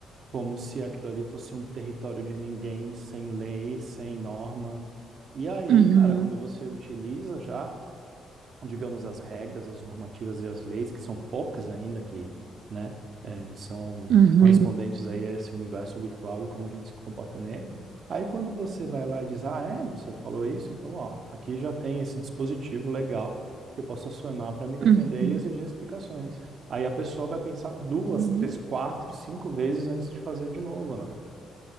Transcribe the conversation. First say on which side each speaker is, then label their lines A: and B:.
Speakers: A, on the right; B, on the right.
A: como se aquilo ali fosse um território de ninguém, sem lei, sem norma. E aí,
B: Uhum,
A: cara, quando você utiliza já digamos, as regras, as normativas e as leis, que são poucas ainda que, né, é, são
B: uhum,
A: correspondentes aí a esse universo virtual e como a gente se comporta nele. Aí quando você vai lá e diz, ah, é, você falou isso, então, ó, aqui já tem esse dispositivo legal que eu posso acionar para me defender
B: uhum,
A: e exigir explicações. Aí a pessoa vai pensar duas,
B: uhum,
A: três, quatro, cinco vezes antes de fazer de novo, né?